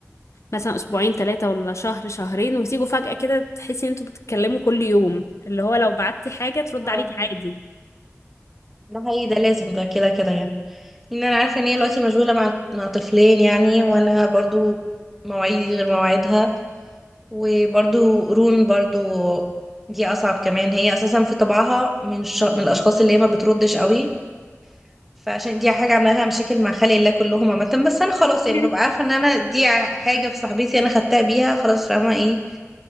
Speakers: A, on the left; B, in the centre.
A: مثلا اسبوعين ثلاثة ولا شهر شهرين وتيجوا فجأة كده تحسي ان انتوا بتتكلموا كل يوم اللي هو لو بعتي حاجة ترد
B: اه
A: عليكي عادي
B: ده حقيقي ده لازم ده كده كده يعني ان انا عارفة ان هي دلوقتي مشغولة مع مع طفلين يعني وانا برضو مواعيدي غير مواعيدها وبرضو رون برضو دي اصعب كمان هي اساسا في طبعها من الش... من الاشخاص اللي هي ما بتردش قوي فعشان دي حاجه عامله لها مشاكل مع خلق الله كلهم عامه بس انا خلاص
A: <laughs>
B: يعني ببقى عارفه ان انا دي ع- حاجه في صاحبتي انا خدتها بيها خلاص فاهمه ايه